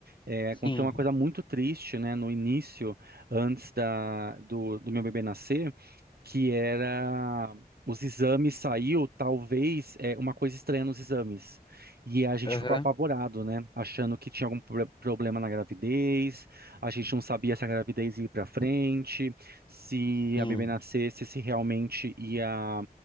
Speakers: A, on the right (about 75°); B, on the left (about 30°).
A: É,
B: Sim.
A: aconteceu uma coisa muito triste, né, no início, antes da, do, do meu bebê nascer. que era os exames saiu, talvez, é, uma coisa estranha nos exames. E a gente
B: Aham.
A: ficou apavorado, né? Achando que tinha algum pro- problema na gravidez, a gente não sabia se a gravidez ia para frente, se
B: Sim.
A: a bebê nascesse, se realmente ia,